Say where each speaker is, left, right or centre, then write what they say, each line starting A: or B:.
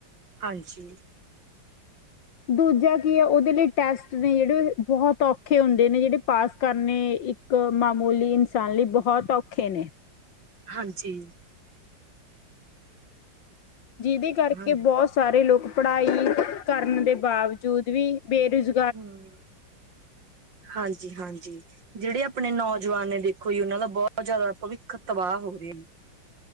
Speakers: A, on the right; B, on the left.
A: ਹਾਂਜੀ
B: ਦੂਜਾ ਕੀ ਐ ਓਦੇ ਲਈ ਟੈਸਟ ਨੇ ਜਿੜੇ ਬਹੁਤ ਔਖੇ ਹੁੰਦੇ ਨੇ ਜਿੜੇ ਪਾਸ ਕਰਨੇ ਇੱਕ ਕ ਮਾਮੂਲੀ ਇਨਸਾਨ ਲਈ ਬਹੁਤ ਔਖੇ ਨੇ।
A: ਹਾਂਜੀ
B: ਜਿਦੇ ਕਰਕੇ
A: ਹਾਂ
B: ਬਉਤ ਸਾਰੇ ਲੋਕ ਪੜ੍ਹਾਈ ਕਰਨ ਦੇ ਬਾਵਜੂਦ ਵੀ ਬੇਰੁਜ਼
A: ਹੁੰ ਹਾਂਜੀ, ਹਾਂਜੀ ਜਿੜੇ ਆਪਣੇ ਨੌਜਵਾਨ ਨੇ ਵੇਖੋ ਜੀ ਓਨਾਂ ਦਾ ਬੌਤ ਜਿਆਦਾ ਭਵਿੱਖ ਤਵਾਹ ਹੋ ਰਿਆ